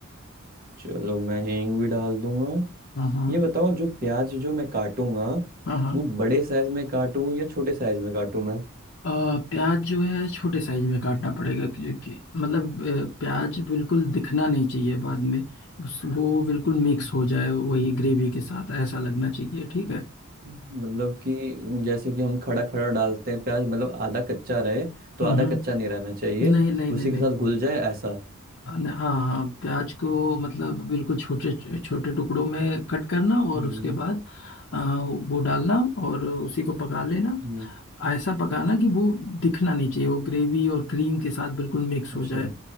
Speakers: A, on the right (about 45°); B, on the left (about 55°).
A: चलो मैं हींग भी डाल दूंगा
B: हाँ हाँ
A: ये बताओ जो प्याज जो मैं काटूंगा
B: हाँ हाँ
A: वो बड़े साइज में काटूं या छोटे साइज में काटूं मैं
B: अ, प्याज जो है छोटे साइज में काटना पड़ेगा क्योंकि मतलब अ, प्याज बिल्कुल दिखना नहीं चाहिए बाद में उस वो बिल्कुल मिक्स
A: हम्म।
B: हो जाए वही ग्रेवी के साथ ऐसा लगना चाहिए ठीक है
A: मतलब कि जैसे कि हम खड़ा खड़ा डालते हैं प्याज मतलब आधा कच्चा रहे तो
B: हम्म
A: आधा कच्चा नहीं रहना चाहिए
B: नहीं नहीं
A: उसी
B: नहीं नहीं
A: के साथ घुल जाए ऐसा
B: हाँ न- हाँ हाँ, प्याज को मतलब बिल्कुल छोटे छोटे टुकड़ों में कट करना और
A: हम्म
B: उसके बाद आ, वो डालना और उसी को पका लेना
A: हम्म,
B: ऐसा पकाना कि वो दिखना नहीं चाहिए वो ग्रेवी और क्रीम के साथ बिल्कुल मिक्स
A: अच्छा
B: हो जाए